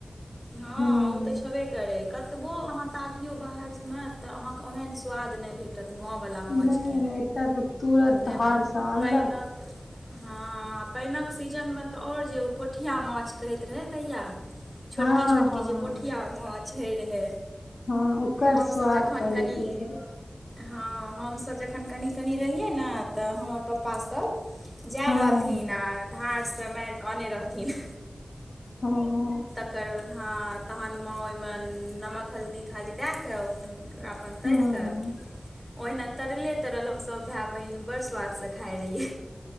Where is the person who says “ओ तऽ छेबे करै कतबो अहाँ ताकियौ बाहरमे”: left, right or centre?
Centre